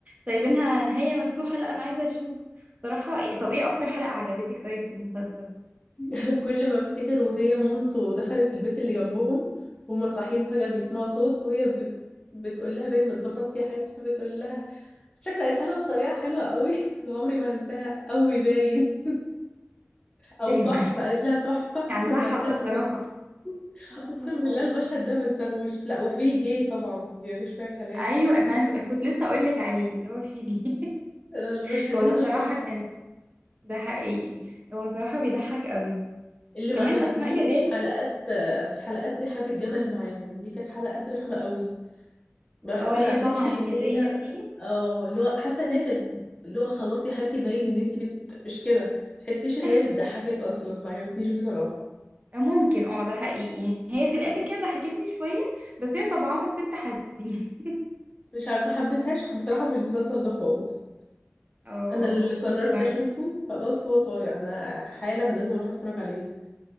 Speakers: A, on the right; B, on the left.
A: سايبينها نهايه مفتوحه لا انا عايزه اشوف صراحه طب ايه اكتر حلقه عجبتك طيب في المسلسل
B: <laughs> كل ما افتكر وهي مامته دخلت البيت اللي جنبهم وهما صاحيين فجأة بيسمعوا صوت وهي بت... بتقول لها باين ما اتبسطتي يا حبيبتي فبتقول لها شكلها قالتها لها بطريقة حلوة قوي <laughs> أنا عمري ما هنساها قوي باين <laughs> او
A: <laughs> ايوه
B: تحفة قالت لها تحفة
A: عندها
B: <laughs> وبعد
A: حق
B: كده اتخرست
A: صراحة
B: <laughs>
A: حماتها
B: اقسم
A: صعبة
B: بالله المشهد ده ما انساهوش لا وفي جه طبعا دي مفيش فيها كلام
A: ايوه
B: <laughs>
A: ده انا ك- كنت لسه اقول لك عليه اللي هو فيجي <laughs>
B: المشهدين
A: هو ده الصراحه
B: دول تحفة
A: كان ده حقيقي هو صراحه بيضحك قوي
B: اللي
A: وكمان
B: ما عجبتنيش
A: اسماء جلال
B: حلقات حلقات رحاب الجمل معاهم دي كانت حلقات رخمة قوي ما
A: اه
B: ما
A: اللي
B: حبيتش
A: هي طالعه
B: اللي
A: نكديه
B: هي
A: فيه
B: اه اللي هو حاسه ان هي كانت اللي هو خلاص يا حبيبتي باين ان انت بت... مش كده ما تحسيش ان
A: <laughs>
B: هي بتضحكك اصلا ما عجبتنيش بصراحه
A: ممكن اه ده حقيقي هي في الاخر كده ضحكتني شويه بس هي طبعها ست حزين <laughs>
B: مش عارفه ما حبيتهاش بصراحه في المسلسل ده خالص
A: اه
B: انا
A: اه
B: اللي قررت
A: فاهمك
B: اشوفه خلاص هو طايع انا حالا لازم اروح اتفرج عليه